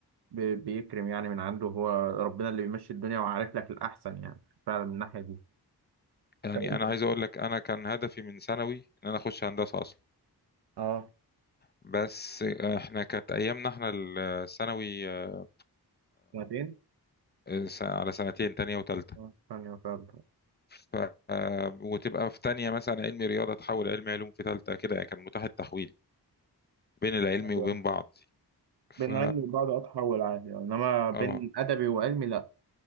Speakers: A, on the right; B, on the left.
A: بي- بيكرم يعني من عنده هو ربنا اللي بيمشي الدنيا وعارف لك الأحسن يعني فعلا من الناحية دي
B: يعني
A: طب أنت
B: انا عايز اقول لك انا كان هدفي من ثانوي ان انا اخش هندسة اصلا
A: اه
B: بس آه، احنا كانت ايامنا احنا الثانوي آه،
A: سنتين
B: س- على سنتين تانية وتالتة
A: اه ثانية وثالثة
B: ف... آه، وتبقى في تانية مثلا علمي رياضة تحول علمي علوم في تالتة كده يعني كان متاح التحويل بين العلمي
A: عادي
B: وبين
A: أوي.
B: بعض ف
A: بين علمي وبعد أتحول عادي يعني، إنما بين
B: اه
A: أدبي وعلمي لأ